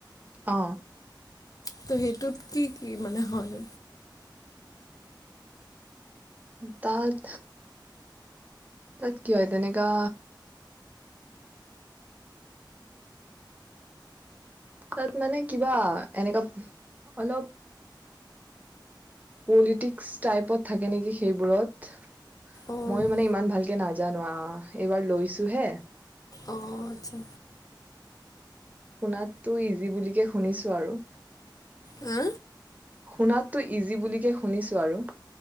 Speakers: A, on the right (about 20°); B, on the left (about 45°).
A: অ
B: ত' সেইটোত কি কি মানে হয়
A: তাত তাত কি হয় তেনেকা তাত মানে কিবা এনেুৱা অলপ পলিটিক্স টাইপত থাকে নেকি সেইবোৰত
B: অ'
A: ময়ো মানে ইমান ভালকে নাজানো আহ এইবাৰ লৈছো হে
B: অ আছা
A: শুনাততো ইজি বিকে শুনিছো আৰু
B: হা
A: শুনাততো ইজি বুলিুলিকে শুনিছোঁ আৰু